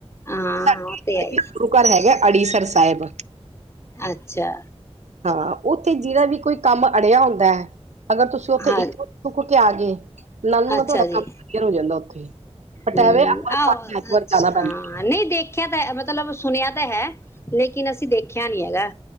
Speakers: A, on the left; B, on the right.
A: ਹਾਂ
B: ਸਾਡੇ
A: ਉਹ ਤੇ ਹੈ ਹੀ।
B: ਗੁਰੂ ਘਰ ਹੈਗਾ ਅੜੀਸਰ ਸਾਹਿਬ
A: ਅੱਛਾ
B: ਹਾਂ ਉੱਥੇ ਜਿਹੜਦਾ ਵੀ ਕੋਈ ਕੰਮ ਅੜਿਆ ਹੁੰਦਾ ਹੈ ਅਗਰ ਤੁਸੀਂ ਉੱਥੇ
A: ਹਾਂ
B: ਇੱਕ ਕੇ ਆ ਗਏ ਨਾਲੋਂ ਨਾ
A: ਅੱਛਾ
B: ਤੁਹਾਡਾ
A: ਜੀ
B: ਕੰਮ ਕਲੀਅਰ ਹੋ ਜਾਂਦਾ ਉੱਥੇ ਬਟ
A: ਹਮ
B: ਐਵੇਂ ਆਪਾਂ ਨੂੰ
A: ਆਹੋ
B: ਪੰਜ ਐਤਵਾਰ
A: ਅੱਛ
B: ਜਾਣਾ ਪੈਂਦਾ
A: ਨਹੀਂ ਦੇਖਿਆ ਤਾਂ ਮਤਲਬ ਸੁਣਿਆ ਹੈ ਲੇਕਿਨ ਅਸੀਂ ਦੇਖਿਆ ਨੀ ਹੈਗਾ